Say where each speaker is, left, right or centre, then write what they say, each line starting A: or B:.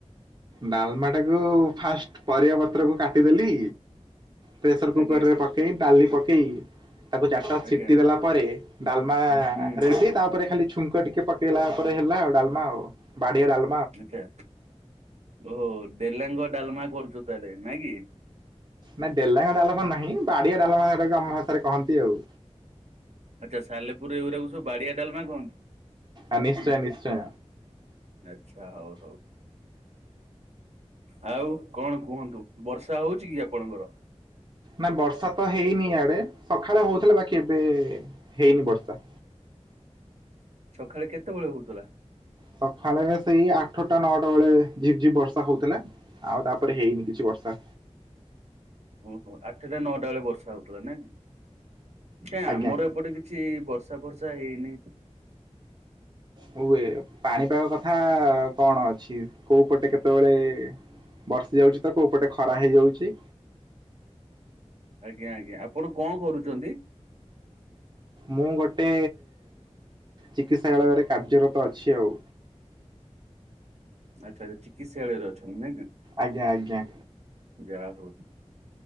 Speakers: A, on the right; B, on the right.
A: ଡାଲମା ଟାକୁ ଫାଷ୍ଟ ପରିବା ପତ୍ରକୁ କାଟିଦେଲି। ପ୍ରେସର କୁକର
B: ଆଜ୍ଞା
A: ରେ ପକେଇ ଡାଲି ପକେଇ ତାକୁ ଚାରିଟା
B: ଆଜ୍ଞା
A: ସିଟି ଦେଲା ପରେ ଡାଲମା
B: ହୁଁ
A: ରେଡି ତାପରେ ଖାଲି ଛୁଙ୍କ ଟିକେ ଟିକେ ପକେଇଲା ପରେ ହେଲା ଆଉ ଡାଲମା ଆଉ ବାଡିଆ ଡାଲ
B: ଆଛା ଓହୋ ଡେଲାଙ୍ଗ ଡାଲମା କରୁଛୁ ତାହେଲେ ନାଇଁ କି।
A: ନାଇଁ, ଡେଲାଙ୍ଗ ଡ଼ାଲମା ନାହିଁ, ବାଡିଆ ଡାଲମା ଏରା ଆମ ହାତ ରେ କହନ୍ତି ଆଉ।
B: ଆଚ୍ଛା ସାଲେପୁର ଏଗୁରାକୁ ସବୁ ବାଡିଆ ଡାଲମା କହନ୍ତି।
A: ଆ ନିଶ୍ଚୟ ନିଶ୍ଚୟ।
B: ଆଚ୍ଛା ହଉ ହଉ। ଆଉ କଣ କୁହନ୍ତୁ, ବର୍ଷା ହଉଛି କି ଆପଣଙ୍କର?
A: ନା ବର୍ଷା ତ ହେଇନି ୟାଡେ ସକାଳେ ହଉଥିଲା ବାକି ଏବେ ହେଇନି ବର୍ଷା।
B: ସକାଳେ କେତବେଳେ ହଉଥିଲା?
A: ସକାଳେ ସେଇ ଆଠଟା ନଅଟା ବେଳେ ଝିପ ଝିପ୍ ବର୍ଷା ହଉଥିଲା। ଆଉ ତାପରେ ହେଇନି କିଛି ବର୍ଷା।
B: ଓହୋ ଆଠଟା ନଅଟା ବେଳେ ବର୍ଷା ହଉଥିଲା, ନା କି କାଇଁ
A: ଆଜ୍ଞା
B: ଆମର ଏପଟେ କିଛି କିଛି ବର୍ଷା ଫରସା ହେଇନି।
A: ହୁଏ, ପାଣିପାଗ କଥା କଣ ଅଛି କୋଉ ପଟେ କେତେବେଳେ ବର୍ଷି ଯାଉଛି ତ କୋଉପଟେ ଖରା ହେଇଯାଉଛି।
B: ଆଜ୍ଞା ଆଜ୍ଞା, ଆପଣ କଁ କରୁଛନ୍ତି?
A: ମୁଁ ଗୋଟେ ଚିକିତ୍ସାଳୟରେ କାର୍ଯ୍ୟରତ ଅଛି ଆଉ।
B: ଆଚ୍ଛା ଆଛା, ଚିକିତ୍ସାଳୟରେ ଅଛନ୍ତି ନାଇଁ କି।
A: ଆଜ୍ଞା ଆଜ୍ଞା।
B: ଯାହା ହଉ,